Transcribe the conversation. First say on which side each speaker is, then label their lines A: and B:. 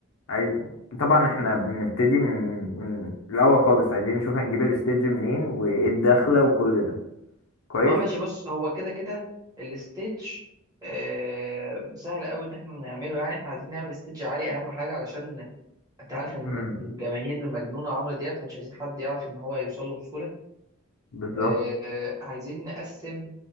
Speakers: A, on the left; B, on the right.
A: عاي... طبعا احنا بنبتدي من من الاول خالص عايزين نشوف هنجيب الاستيدج منين وايه الدخله وكل ده كويس
B: اه ماشي بص هو كده كده الستيج آه، سهل قوي ان احنا نعمله يعني احنا عايزين نعمل ستيج عالي اهم حاجه علشان انت عارف ان
A: امم
B: الجماهير مجنونه عمرو دياب فمش عايزين حد يعرف ان هو يوصل له بسهوله
A: بالظبط
B: آه، آه، عايزين نقسم